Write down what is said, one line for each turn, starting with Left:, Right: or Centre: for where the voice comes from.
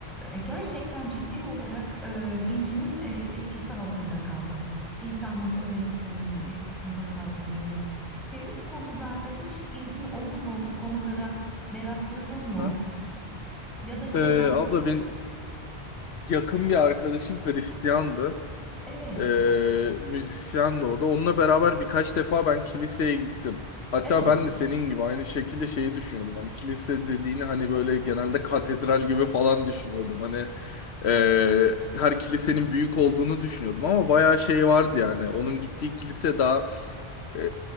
Centre: e, gerçekten ciddi olarak e, İncil'in e, etkisi altında kaldım. İsa'nın öğretisinin
Left: hı.
Centre: etkisinde kaldım Emre. Senin bu konularda hiç ilgin oldu mu? Bu konulara merak duydun mu?
Left: Ha?
Centre: Ya da çevren?
Left: Ee, abla ben yakın bir arkadaşım Hristiyandı.
Centre: Evet,
Left: Ee, müzisyendi o da. Onunla beraber birkaç defa ben kiliseye gittim. Hatta
Centre: evet.
Left: ben de senin gibi aynı şekilde şeyi düşünüyordum. Hani kilise dediğini hani böyle genelde katedral gibi falan düşünüyordum. Hani e, her kilisenin büyük olduğunu düşünüyordum ama bayağı şey vardı yani. Onun gittiği kilise daha Ee,